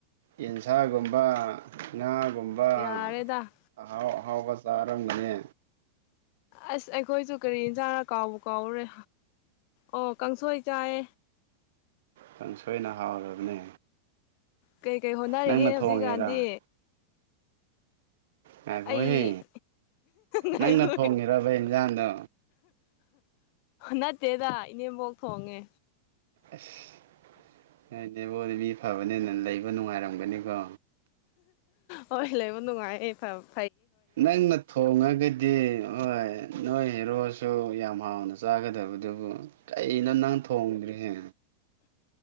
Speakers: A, on the right; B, on the left.
A: ꯌꯦꯟꯁꯥꯒꯨꯝꯕ ꯉꯥ ꯒꯨꯝꯕ
B: ꯌꯥꯔꯦꯗ
A: ꯑꯍꯥꯎ ꯑꯍꯥꯎꯕ ꯆꯥꯔꯝꯅꯤꯅꯦ
B: ꯑꯁ ꯑꯩꯈꯣꯏꯁꯨ ꯀꯔꯤ ꯌꯦꯟꯁꯥꯡꯅ ꯀꯥꯎꯕ ꯀꯥꯎꯔꯦ ꯑꯣ ꯀꯥꯡꯁꯣꯏ ꯆꯥꯏ
A: ꯈꯤꯪ ꯁꯣꯏꯅ ꯍꯥꯎꯔꯕꯅꯦ
B: ꯀꯩ ꯀꯩ ꯍꯣꯠꯅꯔꯤꯒꯦ
A: ꯅꯪꯅ ꯊꯣꯡꯉꯤꯔꯥ
B: ꯍꯧꯖꯤꯛꯀꯥꯟꯗꯤ
A: ꯉꯥꯏꯈꯣꯍꯦ
B: ꯑꯩ ꯒꯅ
A: ꯅꯪꯅ ꯊꯣꯡꯉꯤꯔꯕ ꯏꯟꯖꯥꯡꯗꯣ
B: ꯅꯠꯇꯦꯗ ꯏꯅꯦꯝꯕꯣꯛ ꯊꯣꯡꯉꯦ
A: ꯑꯁ ꯍꯣꯏꯅꯦꯕꯣꯗꯤ ꯃꯤ ꯐꯕꯅꯤꯅ ꯂꯩꯕ ꯅꯨꯡꯉꯥꯏꯔꯝꯒꯅꯤꯀꯣ
B: ꯍꯣꯏ ꯂꯩꯕ ꯅꯨꯡꯉꯥꯏꯦ ꯐꯕ
A: ꯅꯪꯅ ꯊꯣꯡꯉꯒꯗꯤ ꯍꯣꯏ ꯅꯣꯏ ꯍꯦꯔꯣꯁꯨ ꯌꯥꯝ ꯍꯥꯎꯅ ꯆꯥꯒꯗꯕꯗꯨꯕꯨ ꯀꯩꯅꯣ ꯅꯪ ꯊꯣꯡꯗ꯭ꯔꯤ ꯍ